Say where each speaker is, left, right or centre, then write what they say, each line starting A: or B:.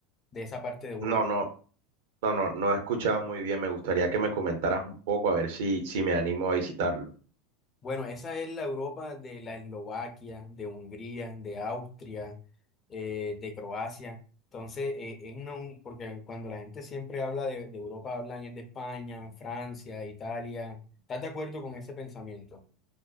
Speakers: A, on the left (about 30°); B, on the right (about 65°).
A: de esa parte de Europa.
B: No, no, no, no, no he escuchado muy bien. Me gustaría que me comentaras un poco a ver si, si me animo a visitarlo.
A: Bueno, esa es la Europa de la Eslovaquia, de Hungría, de Austria, eh, de Croacia. Entonces, eh, es una- un- porque cuando la gente siempre habla de, de Europa, hablan es de España, Francia, Italia. ¿Estás de acuerdo con ese pensamiento?